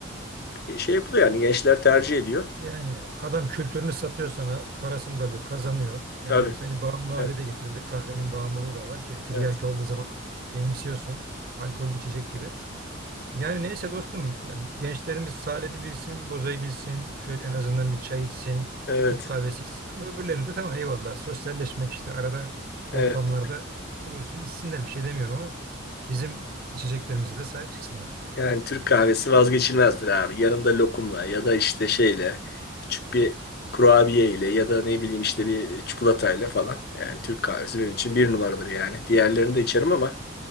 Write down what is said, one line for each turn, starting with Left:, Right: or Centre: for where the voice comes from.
Left: e, şey yapılıyor yani gençler tercih ediyor.
Right: Yani adam kültürünü satıyor sana, parasını da alıyor, kazanıyor. Yani
Left: Tabii.
Right: seni bağımlı hale
Left: Evet.
Right: de getiriyor. Bir de kahvenin bağımlılığı da var ki tiryaki
Left: Evet.
Right: olduğu zaman benimsiyorsun. Alkollü içecek gibi. Yani neyse dostum gençlerimiz Salep'i bilsin, Boza'yı bilsin, şöyle en azından bir çay içsin,
Left: Evet.
Right: Türk kahvesi içsin ama öbürlerini de tamam eyvallah sosyalleşmek işte arada ortamlarda
Left: evet.
Right: bulunsun içsinler bir şey demiyorum ama bizim içeceklerimize de sahip çıksınlar.
Left: Yani Türk kahvesi vazgeçilmezdir abi. Yanında lokumla ya da işte şeyle küçük bir kurabiye ya da ne bileyim işte bir çikolatayla falan. Yani Türk kahvesi benim için bir numaradır yani. Diğerlerini de içerim ama